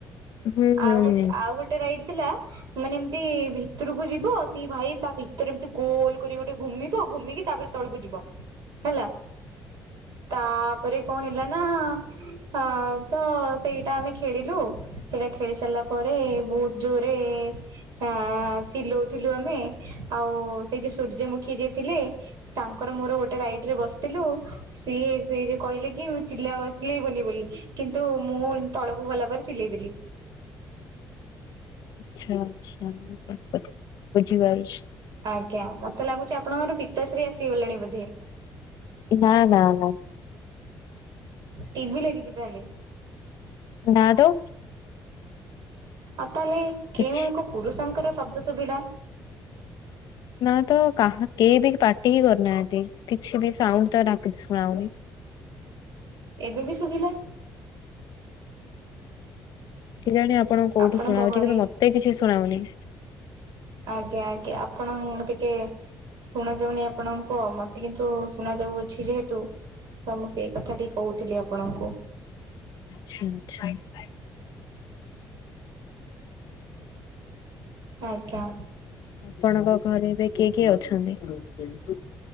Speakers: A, on the left (about 70°); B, on the right (about 70°).
A: ହୁଁ ହୁଁ
B: ଆଉ
A: ହୁଁ
B: ଗୋଟେ, ଆଉ ଗୋଟେ ରାଇଡ ଥିଲା। ମାନେ ଏମିତି ଭିତରକୁ ଯିବ। ସେ ଭାଇ ତା ଭିତରେ ଏମତି ଗୋଲ କରିକି ଗୋଟେ ଘୁମିବ। ଘୁମିକି ତାପରେ। ତଳକୁ ଯିବ ହେଲା। ତାପରେ କଁ ହେଲା ନା, ଆଁ ତ‌ ସେଇଟା ଆମେ ଖେଳିଲୁ ସେଇଟା ଖେଳି ସାରିଲା ପରେ ବହୁତ ଜୋରେ। ତା ଚିଲଉ ଥିଲୁ ଆମେ ଆଉ ସେଇ ଯୋଉ ସୂର୍ଯ୍ୟମୁଖୀ ଯିଏ‌ ଥିଲେ। ତାଙ୍କର ମୋର ଗୋଟେ ରାଇଡ ରେ ବସ ଥିଲୁ ସିଏ ସେ ଯୋଉ କହିଲେ କି ଚଲାବ ଚିଲେଇବନି ବୋଲି କିନ୍ତୁ। ମୁଁ ତଳକୁ ଗଲା ପରେ ଚିଲେଇ ଦେଲି।
A: ଆଛା ଆଛା ମୁଁ ଆପଣଙ୍କ କଥା ବୁଝିପାରୁଛି।
B: ଆଜ୍ଞା ମତେ ଲାଗୁଛି ଆପଣଙ୍କର ପିତାଶ୍ରୀ ଆସିଗଲେଣି ବୋଧେ।
A: ନା ନା ନା।
B: ଟିଭି ଲାଗିଛି ତାହେଲେ।
A: ନା ତ।
B: ଆଉ ତାହେଲେ
A: କିଛି
B: କେଉଁ ଏକ ପୁରୁଷଙ୍କର ଶବ୍ଦ ଶୁଭିଲା।
A: ନା ତ କାହା କେହି ବି ପାଟି ହି କରିନାହାନ୍ତି କିଛି ବି ସାଉଣ୍ଡ ତ ନା କିଛି ଶୁଣାଯାଉନି।
B: ଏବେ ବି ଶୁଭିଲା।
A: କିଜାଣି ଆପଣଙ୍କୁ କୋଉଠୁ
B: ଆପଣଙ୍କ
A: ଶୁଣାଉଚି
B: ଘରେ
A: କିନ୍ତୁ ମତେ କିଛି ଶୁଣାଉନି।
B: ଆଜ୍ଞା ଆଜ୍ଞା ଆପଣଙ୍କ ଟିକେ। ଶୁଣା ଯାଉନି ଆପଣଙ୍କୁ ମତେ କିନ୍ତୁ ଶୁଣା ଯାଉଅଛି ଯେହେତୁ। ତ ମୁଁ ସେଇ କଥା ଟି କହୁଥିଲି ଆପଣଙ୍କୁ।
A: ଆଚ୍ଛା ଆଚ୍ଛା।
B: ଆଜ୍ଞା।
A: ଆପଣଙ୍କ ଘରେ ଏବେ କିଏ କିଏ ଅଛନ୍ତି ‌।